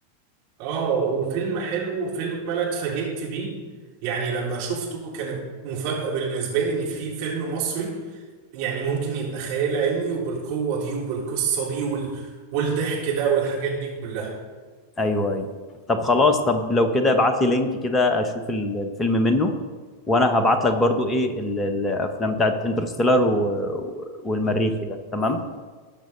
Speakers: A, on the right; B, on the left.
A: اه وفيلم حلو وفيلم انا اتفاجئت بيه يعني لما شفته كانت مفاجأة بالنسبة لي ان في فيلم مصري يعني ممكن يبقى خيال علمي وبالقوة دي وبالقصة دي وال... والضحك ده والحاجات دي كلها
B: ايوه ايوه طب خلاص طب لو كده ابعت لي لينك كده اشوف ال- الفيلم منه وانا هبعت لك برضو ايه ال- الافلام بتاعت انترستيلر و... والمريخي ده تمام